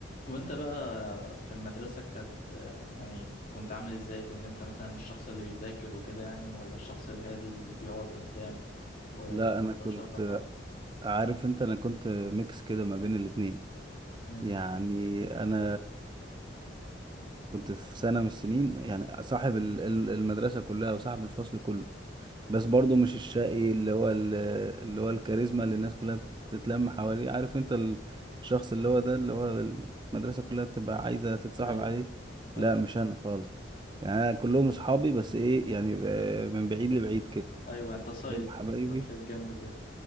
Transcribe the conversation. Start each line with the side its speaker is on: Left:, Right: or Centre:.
Left: وانت بقى في المدرسة كانت يعني كنت عامل ازاي كنت انت مثلا الشخص اللي بيذاكر وكده يعني ولا الشخص الهادي اللي بيقعد قدام وملوش
Right: لا انا كنت
Left: علاقة بحد
Right: عارف انت انا كنت ميكس كده ما بين الاتنين
Left: امم
Right: يعني انا كنت في سنة من السنين يعني صاحب ال- ال- المدرسة كلها وصاحب الفصل كله بس برضو مش الشقي اللي هو ال- اللي هو الكاريزما اللي الناس كلها بتتلم حواليه عارف انت ال- الشخص اللي هو ده اللي هو المدرسة
Left: مم.
Right: كلها بتبقى عايزة تتصاحب
Left: ايوه
Right: عليه
Left: فاهم
Right: لا مش
Left: يعني.
Right: انا خالص يعني أنا كلهم اصحابي بس ايه يعني آه، من بعيد لبعيد كده
Left: ايوه انت صيد
Right: كلهم حبايبي
Left: انت في الجنب كده